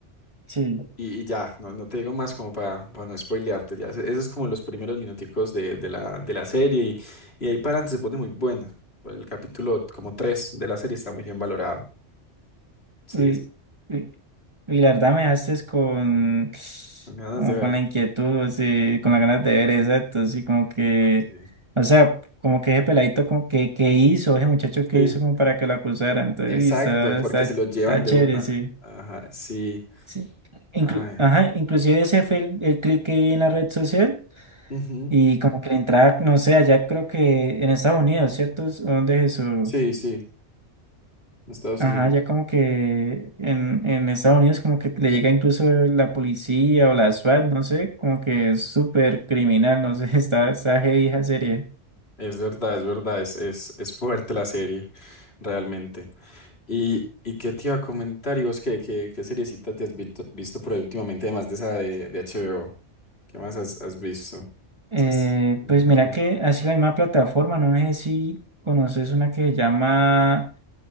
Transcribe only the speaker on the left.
Y, y ya, no, no te digo más como para, para no spoilearte, ya. Ese- Esos es como los primeros minuticos de, de la, de la serie y, y ahí para adelante se pone muy buena. Pues, El capítulo como 3 de la serie está muy bien valorado. Sí,
Con ganas
de verlo.
Ok.
Sí,
exacto,
porque
se
lo llevan de
una.
Ajá, sí.
Ay,
ujú.
Sí, sí, en Estados
Unidos.
Es verdad, es verdad, es, es, es fuerte la serie, realmente. ¿Y, y qué te iba a comentar? ¿Y vos qué, qué, qué seriecita te has vilto- visto, por ahí últimamente, además de esa de, de HBO? ¿Qué más has, has visto?
Es que es muy
chévere.